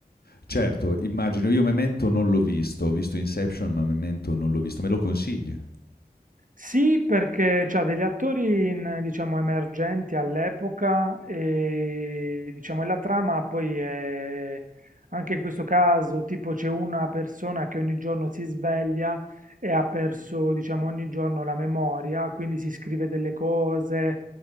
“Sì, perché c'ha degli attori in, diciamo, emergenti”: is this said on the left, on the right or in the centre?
Right